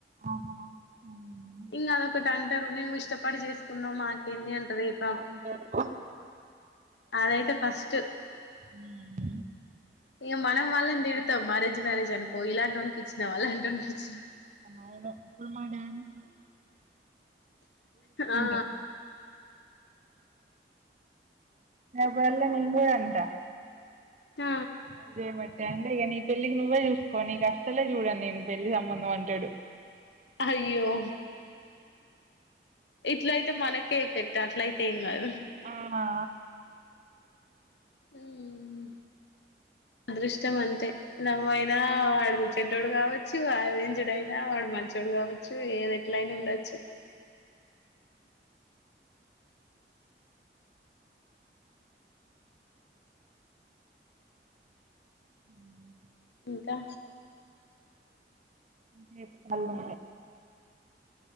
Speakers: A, on the right; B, on the left.
A: ఆహాహ్మ్
B: ఇంక అదొకటి అంటారు నువ్వు ఇష్టపడి చేసుకున్నావు మాకేంది అంటారు రేపు
A: అందరు
B: అదైతే ఫస్ట్
A: హ్మ్
B: ఇంక మనం వాళ్ళని తిడతాం అరేంజ్డ్ మ్యారేజ్ అనుకో ఇలాంటి వాళ్ళకిచ్చినాం అలాంటి వాళ్ళకిచ్చినాం
A: అవును ఇప్పుడు మా డ్యాన్
B: ఆ
A: <unintelligible> బ ఎల్ మీంగూ అంట
B: హ
A: అ చేయ బట్టే అంటే ఇక నీ పెళ్లికి నువ్వే చూసుకో నీ అస్లే చూడండి నేను పెళ్లి సంబంధం అంటాడు
B: అయ్యో ఇట్ల అయితే మనకే ఎఫెక్ట్ అట్లయితే ఏం కాదు
A: ఇంగా
B: హ్మ్ అదృష్ట మంతే లవ్ ఐనా ఆడగుట్ చెడ్డోడు కావచ్చు అరేంజ్డ్ అయినా వాడు మంచోడు కావచ్చు ఏది ఎట్లయినా ఉండొచ్చు
A: ఉ
B: ఇంకా
A: అంటే పల్డి